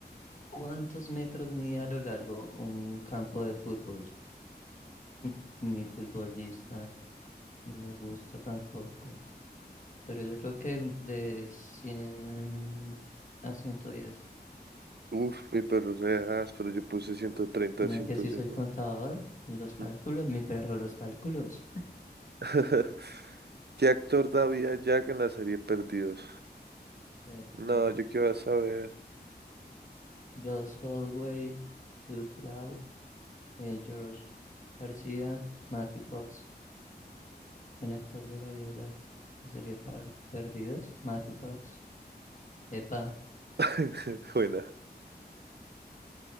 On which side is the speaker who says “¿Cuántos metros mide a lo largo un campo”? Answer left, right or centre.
Left